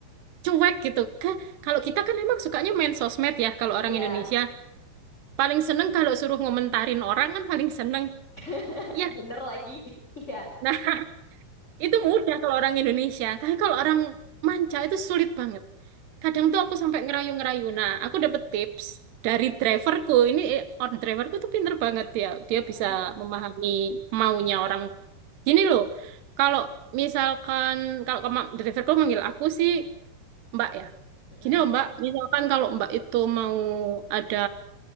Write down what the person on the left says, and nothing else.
Iya,
<laughs>
bener lagi. <laughs> Iya.
Mm-mm.
Mm-mm.